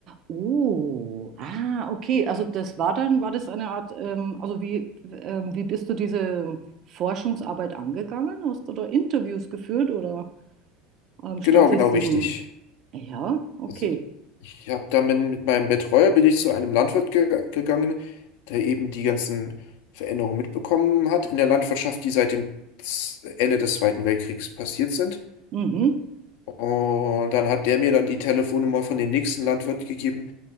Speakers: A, on the right; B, on the left.
A: Oh, ah, okay. Also das war dann, war das eine Art, ähm, also wie, ähm, wie bist du diese Forschungsarbeit angegangen? Hast du da Interviews geführt oder ähm,
B: Genau,
A: Statistiken?
B: genau richtig.
A: Ja, okay.
B: Also ich ich habe damit mit mit meinem Betreuer bin ich zu einem Landwirt ge gegangen, der eben die ganzen Veränderungen mitbekommen hat in der Landwirtschaft, die seit dem Z- Ende des Zweiten Weltkriegs passiert sind.
A: Mhm.
B: Und dann hat der mir dann die Telefonnummer von dem nächsten Landwirt gegeben.